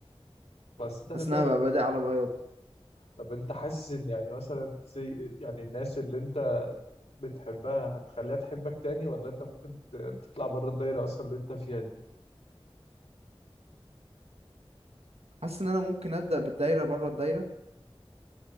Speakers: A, on the left; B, on the right.
A: بس انت
B: حاسس
A: هتبدأ
B: ان انا بقى بادئ على بياض
A: طب انت حاسس ان يعني مثلا زي يعني الناس اللي انت بتحبها هتخليها تحبك تاني ولا انت ممكن ت- تطلع بره الدايرة اصلا اللي انت فيها دي
B: حاسس ان انا ممكن ابدا بالدايره بره الدايره